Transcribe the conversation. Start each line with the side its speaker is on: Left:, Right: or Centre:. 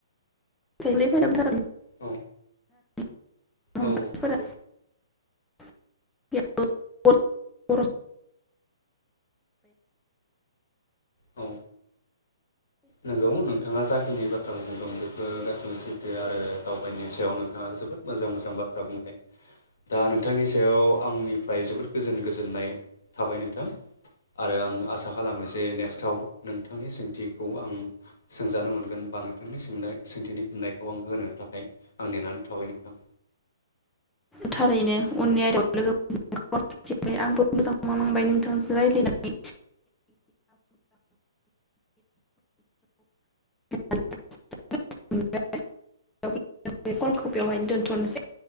Centre: <unintelligible>
Left: औ
Centre: <unintelligible>
Left: औ नंगौ
Centre: <unintelligible>
Left: औ नोंगौ नोंथाङा जाखिनि बाथ्राखौ बुंदों बेफोर गासैबो सैथो आरो दावबायनायनि सायाव नोंथाङा जोबोद मोजां मोजां बाथ्रा बुंबाय दा नोंथांनि सायाव आंनिफ्राय जोबोद गोजोन गोजोननाय थाबाय नोंथां आरो आं आसा खालामो जे नेक्स्टआव नोंथांनि सोंथि खौ आं सोंजानो मोनगोन बा नोंथांनि सोंनाय सोंथिनि फिन्नायखौ आं होनो थाखाय आं नेनानै थाबाय नोंथां।
Centre: थारैनो उननि आयदायाव लोगो <inaudible> फोरबाय आंबो मोजांखौनोनांबाय नोंथांजों राय्लायनानै <unintelligible> <inaudible> <unintelligible> जों बे कलखौ बेयावहायनो दोनथ'नोसै।